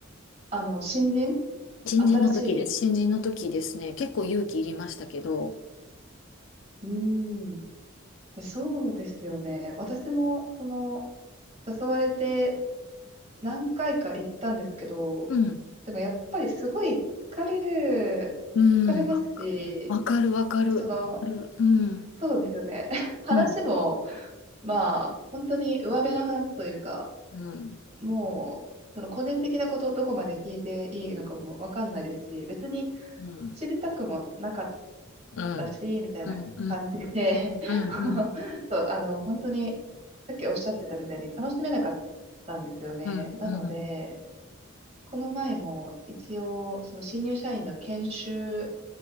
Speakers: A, on the right; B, on the left.
A: あの、新人
B: 新人の時です。
A: 新しい。
B: 新人の時ですね。結構勇気いりましたけど。
A: うーん。そうですよね。私も、その、誘われて何回か行ったんですけど、
B: うん。
A: でもやっぱりすごい疲れる、
B: うん。
A: 疲れますし、
B: わかわかるわかる。
A: でその、
B: わかる。うん。
A: そうですよね。<laughs> 話も、
B: うん。
A: まあ、本当に上辺の話というか、
B: うん。
A: もう、その個人的なこと、どこまで聞いていいのかもわかんないですし、別に
B: うん。
A: 知りたくもなかっ
B: うん。
A: たし、みたいな感じで
B: うん。うん。
A: <laughs>
B: うん。
A: そう、あの、本当に、さっきおっしゃってたみたいに楽しめなかったんですよね。
B: うん。
A: なので、
B: うん。
A: この前も一応、その新入社員の研修